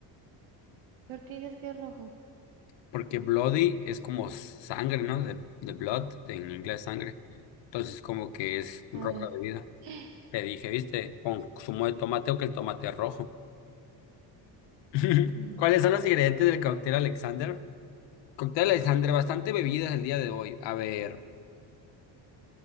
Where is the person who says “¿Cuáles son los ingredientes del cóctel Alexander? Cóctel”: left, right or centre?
Left